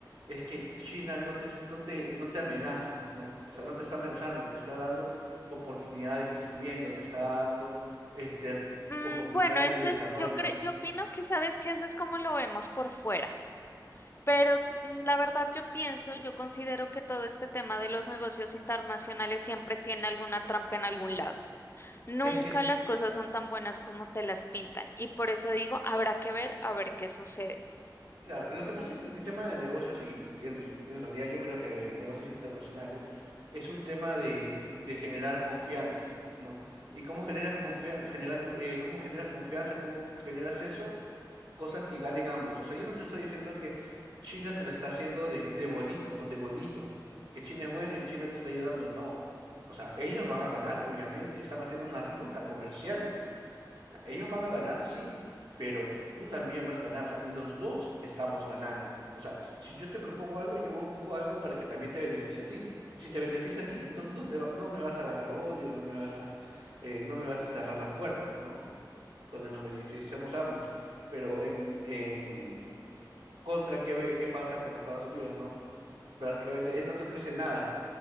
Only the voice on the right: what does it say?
es que China no te, no te, no te amenaza, ¿no? O sea, no te está amenazando, te está dando oportunidad de crecimiento, te está dando, este,
oportunidades
de desarrollo.
Es que
Claro, lo que pasa es que en el tema de negocios y en, en realidad yo creo que negocios internacionales es un tema de, de generar confianza, ¿no? Y cómo generas confianza, generan, eh, cómo generas confianza, cómo generas eso, cosas que ganen ambos. O sea, yo no te estoy diciendo que China te lo está haciendo de, de bonito, ¿no? De bonito, que China es buena y China te está ayudando, no. O sea, ellos van a ganar, obviamente, están haciendo una ruta comercial ellos van a ganar, sí, pero tú también vas a ganar. O sea, los dos estamos ganando. O sea, si yo te propongo algo, yo busco algo para que también te beneficie a ti. Si te beneficia a ti, no, no te va- no me vas a agarrar odio, no me vas a, eh, no me vas a cerrar las puertas, ¿no? Donde nos beneficiamos ambos. Pero en, en contra, ¿qué, ve- qué pasa con Estados Unidos, ¿no? Prácticamente él no te ofrece nada,